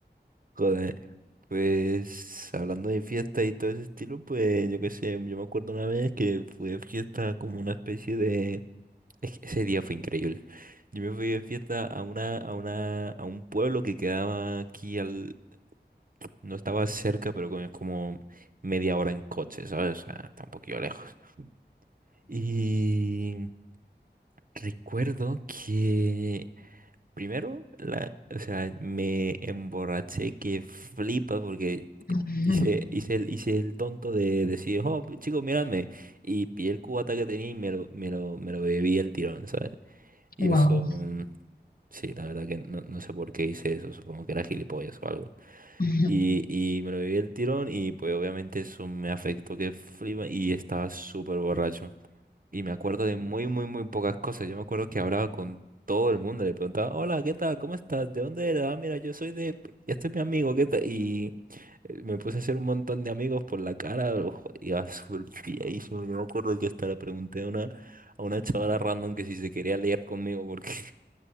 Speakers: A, on the right; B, on the left.
A: Joder. Pues hablando de fiesta y todo ese estilo, pues yo qué sé, yo me acuerdo una vez que fui de fiesta como una especie de... Es que ese día fue increíble. Yo me fui de fiesta a una, a una, a un pueblo que quedaba aquí al... No estaba cerca, pero como como media hora en coche, ¿sabes? O sea, está un poquillo lejos. Y recuerdo que primero, la, o sea, me emborraché que flipa porque
B: <laughs>
A: Hice, hice el, hice el tonto de decir, oh, chicos, míradme. Y pillé el cubata que tenía y me lo, me lo, me lo bebí el tirón, ¿sabes? Y
B: Wow.
A: eso, mm, sí, la verdad que no, no sé por qué hice eso, supongo que era gilipollas o algo.
B: <laughs>
A: Y, y me lo bebí el tirón y pues obviamente eso me afectó que flipa y estaba súper borracho y me acuerdo de muy, muy, muy pocas cosas. Yo me acuerdo que hablaba con todo el mundo, le preguntaba, hola, ¿qué tal? ¿Cómo estás? ¿De dónde eres? Ah, mira, yo soy de... Este es mi amigo, ¿qué tal? Y eh, me puse a hacer un montón de amigos por la cara, ojo, iba <laughs> súper pilladísimo. Yo me acuerdo que hasta le pregunté a una, a una chavala random que si se quería liar conmigo, porque